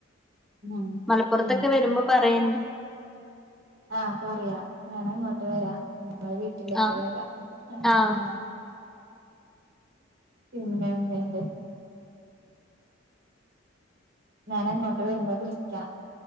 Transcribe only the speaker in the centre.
മലപ്പുറത്തൊക്കെ
വരുമ്പോ പറയണ്ട്
ആ
ആഹ്